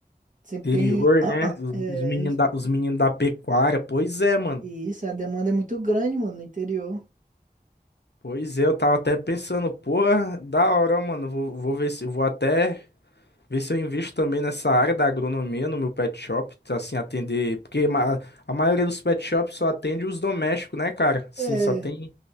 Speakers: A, on the right (about 50°); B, on the left (about 85°).
A: Sempre
B: Interior,
A: tem, <clears throat>
B: né?
A: é,
B: Os meninos da, os menino da pecuária. Pois é, mano.
A: E isso, a demanda é muito grande, mano, no interior.
B: Pois é, eu tava até pensando, porra, da hora, ó, mano. Vou, vou ver se vou até Ver se eu invisto também nessa área da agronomia no meu pet shop, tá, assim, atender. Porque ma- a maioria dos pet shops só atende os domésticos, né, cara? Sim,
A: É,
B: só tem.